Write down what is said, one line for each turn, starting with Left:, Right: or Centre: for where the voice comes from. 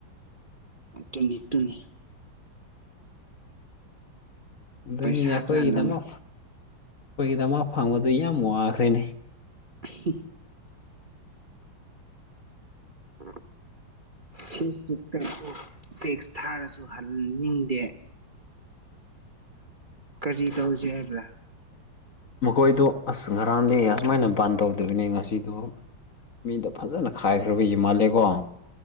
Right: ꯇꯨꯅꯤ ꯇꯨꯅꯤ
Left: ꯑꯗꯨꯅꯤꯅꯦ
Right: ꯄꯩꯁꯥ
Left: ꯑꯩꯈꯣꯏꯒꯤꯗꯃꯛ
Right: ꯆꯥꯅꯕ
Left: ꯑꯩꯈꯣꯏꯒꯤꯗꯃꯛ ꯐꯪꯕꯗꯨ ꯌꯥꯝ ꯋꯥꯈ꯭ꯔꯦꯅꯦ
Right: <unintelligible> ꯎꯝ ꯐꯤꯁ ꯇꯤꯛ ꯇꯦꯛꯁ ꯊꯥꯔꯁꯨ ꯍꯟꯅꯤꯡꯗꯦ ꯀꯔꯤ ꯇꯧꯁꯦ ꯍꯥꯏꯕ꯭ꯔꯥ
Left: ꯃꯈꯣꯏꯗꯣ ꯑꯁ ꯉꯔꯥꯡꯗꯤ ꯑꯁꯨꯃꯥꯏꯅ ꯕꯥꯟ ꯇꯧꯗꯕꯅꯤ ꯉꯁꯤꯗꯨ ꯃꯤꯗ ꯐꯖꯅ ꯈꯥꯏꯈ꯭ꯔꯕꯏ ꯃꯥꯜꯂꯦꯒꯣ꯫